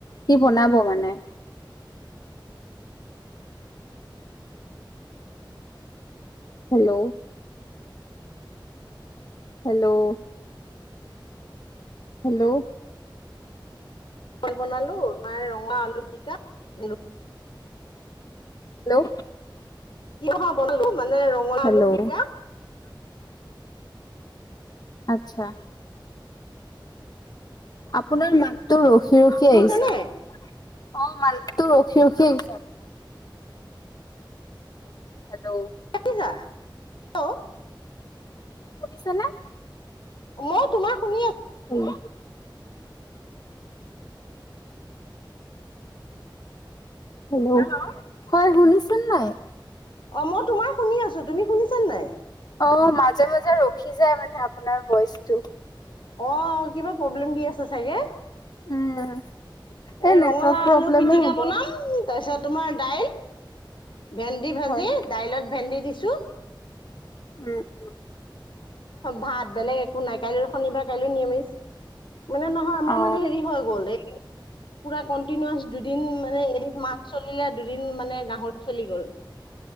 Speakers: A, on the left; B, on the left.
A: কি বনাব মানে? হেল্ল'? হেল্ল'? হেল্ল'?
B: বনাল, তাৰ ৰঙা আলু <unintelligible> দিলো।
A: হেল্ল'?
B: <unintelligible>
A: হেল্ল'?
B: পিটিকা
A: আচ্ছা? আপোনাৰ মাতটো ৰখি ৰখি
B: শুনিছানে
A: আহিছে, অ', মাতটো ৰখি ৰখি আহিছে আপোনাৰ। হেল্ল'?
B: <unintelligible>
A: শুনিছেনে?
B: মই তোমাৰ শুনি আছ
A: উম। হেল্ল'? হয়, শুনিছেনে নাই?
B: অ', মই তোমাৰ শুনি আছো, তুমি শুনিছা নাই?
A: অ', মাজে মাজে ৰখি যায়, মানে আপোনাৰ ভইচটো।
B: অ', কিবা প্ৰব্লেম দি আছে চাগে?
A: উম।
B: এই
A: নেটৱৰ্ক
B: ৰঙালাউ
A: প্ৰব্লেমে
B: আলু পিটিকা
A: হ'ব
B: বনাম, তাৰপিছত তোমাৰ দাইল ভেন্দি ভাজি,
A: হয়।
B: দাইলত ভেন্দি দিছো।
A: উম, উম।
B: ভাত বেলেগ একো নাই, কাইলৈ শনিবাৰ কাইলৈ মিৰামিষ, মানে নহয় আমাৰ
A: অ
B: মানে হেৰি হৈ গ'ল এ পুৰা কণ্টিনোয়াচ দুদিন মানে, এদিন মাছ চলিলে, দুদিন মানে গাহৰি চলি গ'ল।